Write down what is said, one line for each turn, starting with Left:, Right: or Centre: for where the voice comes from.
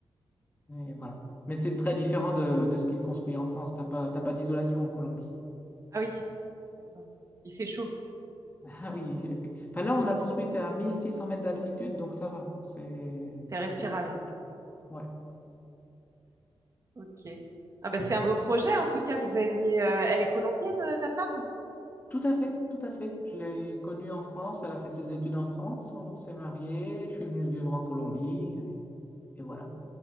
Left: et voilà. Mais c'est très différent de, de ce qui se construit en France. T'as pas, t'as pas d'isolation en Colombie.
Right: Ah oui, d'accord. Il fait chaud,
Left: Ah oui, oui. Enfin, là, où on a construit, c'est à 1600 mètres d'altitude, donc ça va. C'est,
Right: c'est respirable.
Left: c'est pas trop. chaud. Ouais,
Right: Ok. Ah bah c'est un beau projet en tout cas. Vous aviez, euh, elle est colombienne euh, ta femme?
Left: tout à fait, tout à fait. Je l'ai connue en France, elle a fait ses études en France, on s'est mariés, je suis venu vivre en Colombie, et, et voilà.